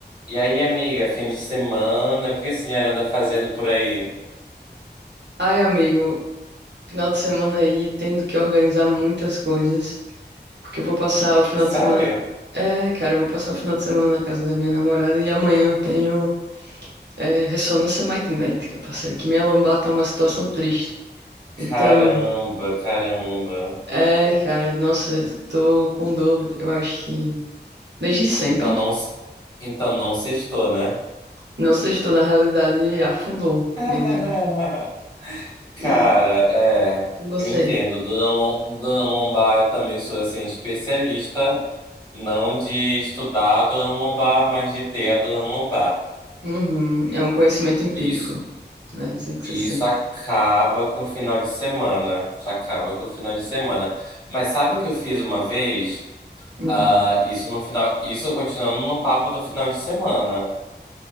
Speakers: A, on the left; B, on the right.
A: E aí, amiga, fim de semana, o que a senhora anda fazendo por aí?
B: Ai, amigo, final de semana aí, tendo que organizar muitas coisas, porque eu vou passar o final
A: Sério?
B: de semana. É, cara, eu vou passar o final de semana na casa da minha namorada e amanhã eu tenho é, ressonância magnética, parceiro, que minha lombar tá uma situação triste.
A: Caramba,
B: Então,
A: caramba.
B: é, cara, nossa, eu tô com dor, eu acho que desde sempre.
A: Então não, s- então não sextou, né?
B: Não sei se estou na realidade, afundou
A: <laughs>
B: mesmo.
A: Cara,
B: E
A: é,
B: você?
A: eu entendo. Dona, Lom- Dona Lombar, eu também sou assim especialista, não de estudar a Dona Lombar, mas de ter a Dona Lombar.
B: Uhum, é um conhecimento empírico,
A: Isso,
B: né? Assim que
A: e
B: você sente.
A: isso acaba com o final de semana. Isso acaba com o final de semana. Mas sabe o que eu fiz uma vez?
B: Hum.
A: Ah, isso no final, isso continuando no papo do final de semana.